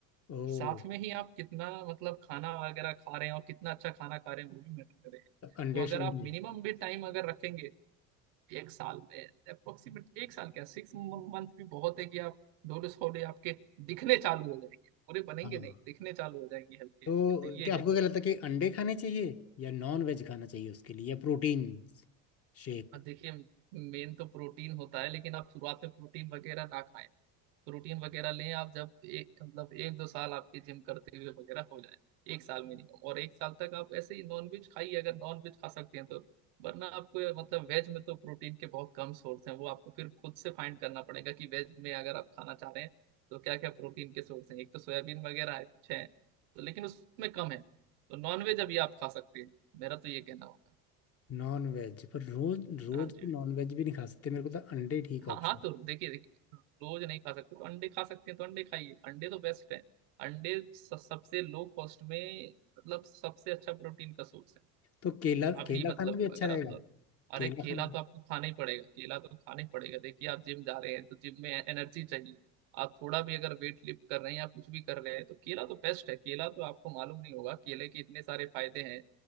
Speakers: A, on the left (about 35°); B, on the right (about 75°).
A: ओह
B: साथ में ही आप कितना मतलब खाना वगैरह खा रहे हैं और कितना अच्छा खाना खा रहे हैं वो भी मैटर करेगा
A: अंडे
B: तो अगर
A: शंडे
B: आप मिनिमम भी टाइम अगर रखेंगे एक साल में अप्रोक्सीमेट एक साल क्या सिक्स मंथ भी बहुत है कि आप डोले सोले आपके दिखने चालू हो जाएंगे पूरे बनेंगे
A: हाँ
B: नहीं दिखने चालू हो जाएंगे हल्के हल्के
A: तो
B: तो ये
A: क्या आपको
B: है
A: क्या लगता है कि अंडे खाने चाहिए या नॉन वेज खाना चाहिए उसके लिए या प्रोटीन शेक
B: और देखिए मेन तो प्रोटीन होता है लेकिन आप शुरुआत में प्रोटीन वगैरह ना खाएं प्रोटीन वगैरह लें आप जब एक मतलब एक दो साल आपके जिम करते हुए वगैरह हो जाए एक साल मिनिमम और एक साल तक आप ऐसे ही नॉन वेज खाइए अगर नॉन वेज खा सकते हैं तो वरना आपको मतलब वेज में तो प्रोटीन के बहुत कम सोर्स हैं वो आपको फिर खुद से फाइंड करना पड़ेगा कि वेज में अगर आप खाना चाह रहे हैं तो क्या क्या प्रोटीन के सोर्स हैं एक तो सोयाबीन वगैरह है कुछ है तो लेकिन उसमें कम है तो नॉन वेज अभी आप खा सकते हैं मेरा तो ये कहना होगा
A: नॉन वेज पर रोज रोज
B: हाँ जी
A: तो नॉन वेज भी नहीं खा सकते मेरे को तो अंडे ठीक
B: हाँ
A: ऑप्शन
B: हाँ तो देखिए देखिए रोज नहीं खा सकते तो अंडे खा सकते हैं तो अंडे खाइए अंडे तो बेस्ट है अंडे स- सबसे लो कॉस्ट में मतलब सबसे अच्छा प्रोटीन का सोर्स है
A: तो केला
B: अभी
A: केला
B: मतलब
A: खाना भी अच्छा
B: अगर
A: रहेगा
B: आप अरे
A: केला
B: केला
A: खाना
B: तो आपको खाना ही पड़ेगा केला तो खाना ही पड़ेगा देखिए आप जिम जा रहे हैं तो जिम में एनर्जी चाहिए आप थोड़ा भी अगर वेट लिफ्ट कर रहे हैं या कुछ भी कर रहे हैं तो केला तो बेस्ट है केला तो आपको मालूम नहीं होगा केले के इतने सारे फायदे हैं